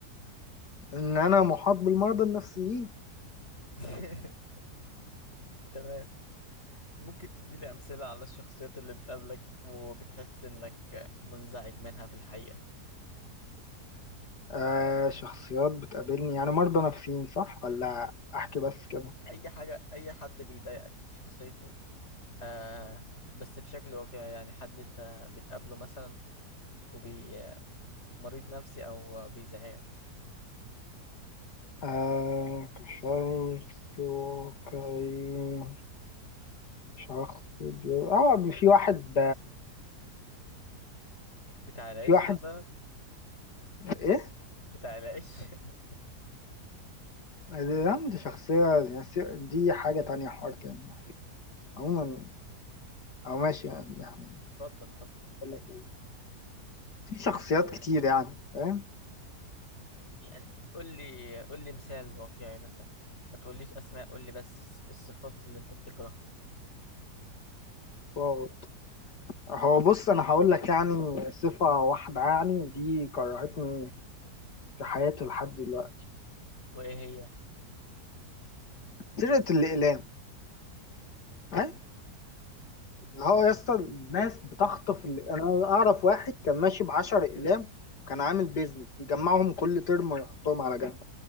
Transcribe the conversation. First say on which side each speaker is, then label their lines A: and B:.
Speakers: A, on the left; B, on the left.
A: ان انا محاط بالمرضى النفسيين
B: <laughs> تمام ممكن تديني امثلة على الشخصيات اللي بتقابلك وبتحس انك منزعج منها في الحقيقة
A: آه شخصيات بتقابلني يعني مرضى نفسيين صح ولا احكي بس كده
B: اي حاجة اي حد بيضايقك شخصيته آه بس بشكل واقعي يعني حد انت بتقابله مثلا وبي مريض نفسي او بيزعجك
A: آه كشخص واقعي شخص بي... اه بي- في واحد
B: بتاع العيش
A: في واحد
B: مثلا
A: ايه
B: بتاع العيش <laughs>
A: ده دي شخصية يعني دي حاجة تانية حوار تاني يعني. عموما او ماشي يعني
B: اتفضل طب
A: أقول لك إيه. في شخصيات كتير يعني فاهم
B: يعني قول لي قول لي مثال واقعي مثلا ما تقوليش اسماء قول لي بس الصفات اللي انت بتكرهها
A: هو هو بص انا هقول لك يعني صفة واحدة يعني ودي كرهتني في حياتي لحد دلوقتي
B: وايه هي
A: سرقة الاقلام ها اللي هو يا اسطى الناس بتخطف ال- انا اعرف واحد كان ماشي ب 10 اقلام وكان عامل بيزنس يجمعهم كل ترم ويحطهم على جنب